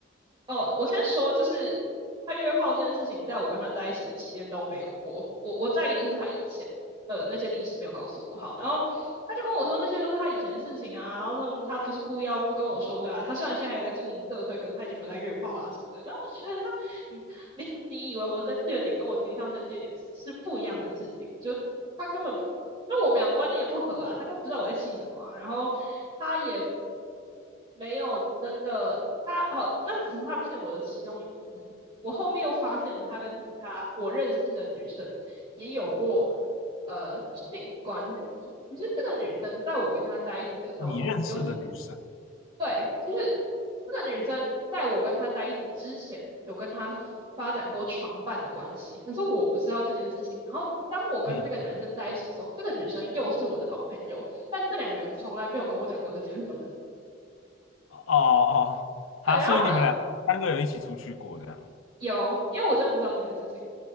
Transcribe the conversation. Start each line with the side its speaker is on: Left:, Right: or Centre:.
Right: 哦，我先说，就是他约炮这件事情，在我跟他在一起的期间都没有过。我我在意的是他以前的那些历史没有告诉我。好，然后他就跟我说那些都是他以前的事情啊，然后他们他不是故意要不跟我说的啊。他虽然现在还有在经营色推，可是他已经没有在约炮啦、什么的。然后我就觉得他，你你你以为我生气的点跟我实际上生气的点是是不一样的事情，就他根本那我们俩观念也不合啊，他根本不知道我在气什么啊，然后他也没有真的，他好，那只是他骗我的其中一次。我后面又发现了他跟其他我认识的女生也有过呃性关系，可是这个女生在我跟她在一起的时候，
Left: 你认识的女生，
Right: 同时又是对，就是这个女生在我跟她在一起之前，有跟她发展过床伴的关系，可是我不知道这件事情。然后当我跟这个男生在一起的时候，
Left: 嗯，
Right: 这个女生又是我的好朋友，但这两个人从来没有跟我讲过这件事。<laughs>
Left: 哦哦，好，
Right: 对，然后反
Left: 所以你们俩三个有一起出去过，这样，
Right: 有，因为我真的不知道这件事情，